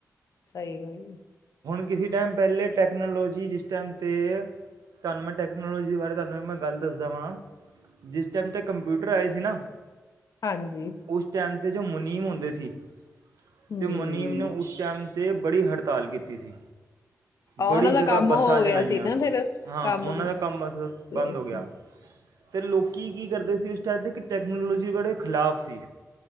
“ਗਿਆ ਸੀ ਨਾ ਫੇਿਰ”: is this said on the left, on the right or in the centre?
Left